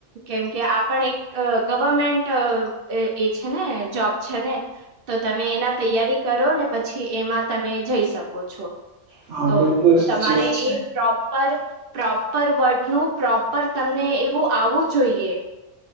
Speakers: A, on the right; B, on the right.
A: કેમ કે આપ પણ એક ગવર્મેન્ટ એ છે ને જોબ છે ને તો તમે એના તૈયારી કરો ને પછી એમાં તમે જઈ શકો છો
B: હા
A: તો
B: બિલકુલ સાચી
A: તમારે
B: વાત છે
A: એ પ્રોપર પ્રોપર વર્ડ નું પ્રોપર તમને એવું આવું જોઈએ